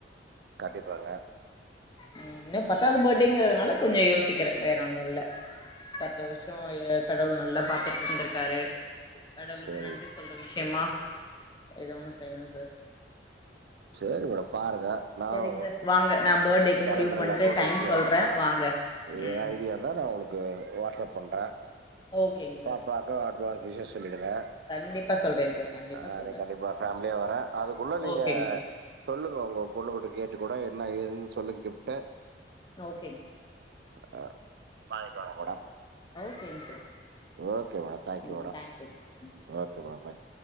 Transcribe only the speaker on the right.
கண்டிப்பாங்க
சரி
சேரி மேடம் பாருங்க த நானு
கேலண்டர்ல
போட்டு
வச்சுக்கிறே
ஏதாது
ஐடியாருந்தா நா உங்ளுக் கு வாட்ஸ்அப் பண்றே
பாப்பாக்கு
அட்வான்ஸ் விஷ்ஷஸ் சொல்லிடுங் ங்க
அ அன்னைக்கு
கண்டிப்பா பேமிலியா வரே அதுக்குள்ள நீங்க
சொல்லுங்க உங்க பொண்ணுகுட்ட கேட்டு கூட என்ன ஏதுன்னு சொல்லுங்க கிஃப்ட்ட
அ வாங்கிட்டு வர்ற மேடம்
ஓகே மேடம் தேங்க்யூ
மேடம்
ஓகே மேடம் பாய்